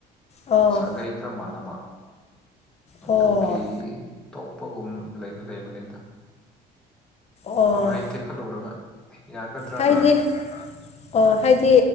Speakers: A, on the left; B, in the centre.
A: ꯑꯣ
B: ꯁꯥꯒꯩ ꯈꯔ ꯃꯥꯟꯅꯕ ꯑꯗꯨꯒꯤ
A: ꯑꯣ
B: ꯇꯣꯛ ꯂꯄꯒꯨꯝ ꯂꯩꯒ ꯂꯩꯕꯅꯤꯗ
A: ꯑꯣ
B: ꯅꯨꯡꯉꯥꯏ ꯇꯦꯛꯈꯠꯂꯨꯔꯒ ꯌꯥꯒꯗ꯭ꯔꯅ
A: ꯍꯥꯏꯗꯤ ꯑꯣ ꯍꯥꯏꯗꯤ